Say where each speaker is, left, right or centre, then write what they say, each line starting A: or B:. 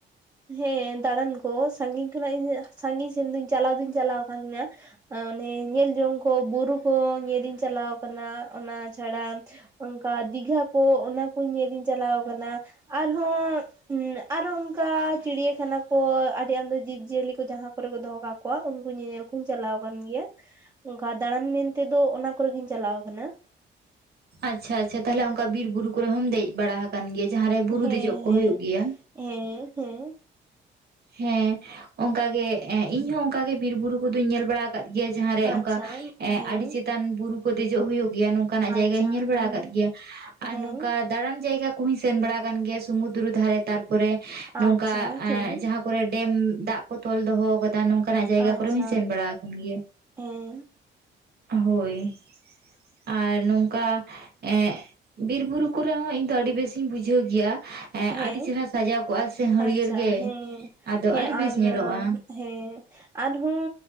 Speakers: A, on the right; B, on the right.
A: ᱦᱮᱸ ᱫᱟᱬᱟᱱ ᱠᱚ ᱥᱟᱺᱜᱤᱧ ᱠᱷᱚᱱᱟᱜ ᱤᱧ, ᱥᱟᱺᱜᱤᱧ ᱥᱮᱱ ᱫᱚᱧ ᱪᱟᱞᱟᱣ ᱫᱩᱧ ᱪᱟᱞᱟᱣ ᱠᱟᱱ <unintelligible> ᱚᱱᱮ ᱧᱮᱞᱡᱚᱝ ᱠᱚ ᱵᱩᱨᱩ ᱠᱚ ᱧᱮᱞᱤᱧ ᱪᱟᱞᱟᱣ ᱠᱟᱱᱟ, ᱚᱱᱟ ᱪᱷᱟᱲᱟ ᱚᱝᱠᱟ ᱫᱤᱜᱷᱟ ᱠᱚ ᱚᱱᱟ ᱠᱚ ᱧᱮᱞᱤᱧ ᱪᱟᱞᱟᱣ ᱠᱟᱱᱟ, ᱟᱨᱦᱚᱸᱻ ᱟᱨᱦᱚᱸ ᱚᱱ ᱠᱟ ᱪᱤᱲᱤᱭᱟᱠᱷᱟᱱᱟ ᱠᱚ ᱟᱹᱰᱤ ᱟᱢᱫᱟ ᱡᱤᱵᱽ-ᱡᱤᱭᱟᱹᱞᱤ ᱠᱚ ᱡᱟᱦᱟᱸ ᱠᱚᱨᱮ ᱠᱚ ᱫᱚᱦᱚ ᱠᱟᱜ ᱠᱚᱣᱟ ᱩᱱᱠᱩ ᱧᱮᱧᱮᱞ ᱠᱩᱧ ᱪᱟᱞᱟᱣ ᱟᱠᱟᱱ ᱜᱮᱭᱟ, ᱚᱝᱠᱟ ᱫᱟᱬᱟᱱ ᱢᱮᱱ ᱛᱮᱫᱚ ᱚᱱᱟ ᱠᱚᱨᱮ ᱜᱤᱧ ᱪᱟᱞᱟᱣ ᱠᱟᱱᱟ᱾
B: ᱟᱪᱪᱷᱟ ᱟᱪᱪᱷᱟ ᱛᱟᱦᱚᱞᱮ ᱚᱝᱠᱟ ᱵᱤᱨ ᱵᱩᱨᱩ ᱠᱚᱨᱮ ᱦᱚᱢ ᱫᱮᱡ ᱵᱟᱲᱟ ᱟᱠᱟᱱ ᱜᱮᱭᱟ ᱡᱟᱦᱟᱸ ᱨᱮ ᱵᱩᱨᱩ
A: ᱦᱮᱸ
B: ᱫᱮᱡ ᱠᱚ
A: ᱦᱮᱸ
B: ᱦᱳᱭᱳᱜ ᱜᱮᱭᱟ᱾
A: ᱦᱮᱸ, ᱦᱮᱸ᱾
B: ᱦᱮᱸ, ᱚᱝᱠᱟ ᱜᱮ ᱮᱸ ᱤᱧ ᱦᱚᱸ ᱚᱝᱠᱟ ᱜᱮ ᱵᱤᱨ ᱵᱩᱨᱩ ᱠᱚᱫᱚᱧ ᱧᱮᱞ ᱵᱟᱲᱟ ᱟᱠᱟᱫ ᱜᱮᱭᱟ ᱡᱟᱦᱟᱸ ᱨᱮ
A: ᱟᱪᱪᱷᱟ
B: ᱚᱝᱠᱟ ᱮᱸ
A: ᱦᱮᱸ
B: ᱟᱹᱰᱤ ᱪᱮᱛᱟᱱ ᱵᱩᱨᱩ ᱠᱚ ᱫᱮᱡᱚᱜ ᱦᱩᱭᱩᱜ ᱜᱮᱭᱟ ᱱᱚᱝ ᱠᱟᱱᱟᱜ
A: ᱟᱪᱪᱷᱟ
B: ᱡᱟᱭᱜᱟ ᱦᱚᱸᱧ ᱧᱮᱞ
A: ᱦᱮᱸ
B: ᱵᱟᱲᱟ ᱟᱠᱟᱫ ᱜᱮᱭᱟ, ᱟᱨ
A: ᱦᱮᱸ
B: ᱱᱚᱝᱠᱟ ᱫᱟᱬᱟᱱ ᱡᱟᱭᱜᱟ ᱠᱚᱦᱚᱧ ᱥᱮᱱ ᱵᱟᱲᱟ ᱟᱠᱟᱱ ᱜᱮᱭᱟ ᱥᱚᱢᱩᱫᱨᱚ ᱫᱷᱟᱨᱮ ᱛᱟᱨ ᱯᱚᱨᱮ
A: ᱟᱪᱪᱷᱟ
B: ᱱᱚᱝᱠᱟ
A: ᱦᱮᱸ
B: ᱡᱟᱦᱟᱸ ᱠᱚᱨᱮ ᱰᱮᱢ ᱫᱟᱜ ᱠᱚ ᱛᱚᱞ ᱫᱚᱦᱚ ᱠᱟᱫᱟ, ᱱᱚᱝᱠᱟᱱᱟᱜ ᱡᱟᱭᱜᱟ
A: ᱟᱪᱪᱷᱟ
B: ᱠᱚᱨᱮ ᱦᱚᱸᱧ ᱥᱮᱱ ᱵᱟᱲᱟ ᱟᱠᱟᱱ ᱜᱮᱭᱟ᱾
A: ᱦᱮᱸ
B: ᱦᱳᱭ, ᱟᱨ ᱱᱚᱝᱠᱟ ᱮᱸ ᱵᱤᱨ ᱵᱩᱨᱩ ᱠᱚᱨᱮ ᱦᱚᱸ ᱤᱧ ᱫᱚ ᱟᱹᱰᱤ ᱵᱮᱥ ᱤᱧ ᱵᱩᱡᱷᱟᱹᱣ ᱜᱮᱭᱟ, ᱮᱸ
A: ᱦᱮᱸ
B: ᱟᱹᱰᱤ ᱪᱮᱨᱦᱨᱟ ᱥᱟᱡᱟᱣ ᱠᱚᱜᱼᱟ ᱥᱮ ᱦᱟᱹᱨᱭᱟᱹᱲ
A: ᱟᱪᱪᱷᱟ
B: ᱜᱮ,
A: ᱦᱮᱸ,
B: ᱟᱫᱚ
A: ᱦᱮᱸ
B: ᱟᱹᱰᱤ ᱵᱮᱥ
A: ᱟᱨ
B: ᱧᱮᱞᱚᱜᱼᱟ
A: ᱦᱮᱸ᱾ ᱟᱨᱦᱚᱸ